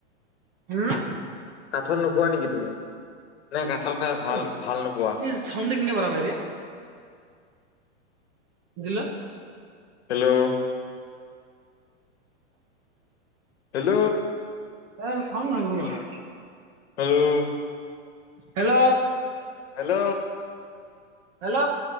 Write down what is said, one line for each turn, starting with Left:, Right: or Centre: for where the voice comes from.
Right: হম্!
Left: কাঠাল নোখোৱা নেকি তুমি? নে কাঠাল খাই
Right: কৈছো
Left: ভাল ভাল নোপোৱা।
Right: <unintelligible> দিলা!
Left: Hello hello.
Right: এ চাউণ্ড নাই হোৱা।
Left: আৰু
Right: হেল্ল'।
Left: হেল্ল'।
Right: হেল্ল